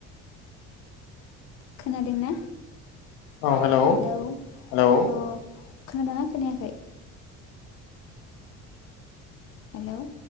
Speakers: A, on the left; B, on the left.
A: खोनादोंना
B: औ हेल हेल
A: हेलौ अ खोनादोंना खोनायाखै? हेल